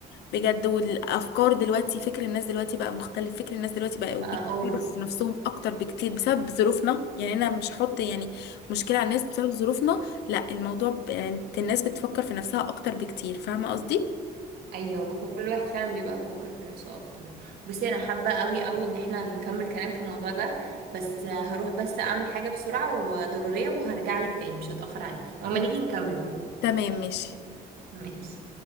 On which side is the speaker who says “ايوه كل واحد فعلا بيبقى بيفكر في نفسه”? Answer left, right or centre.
Right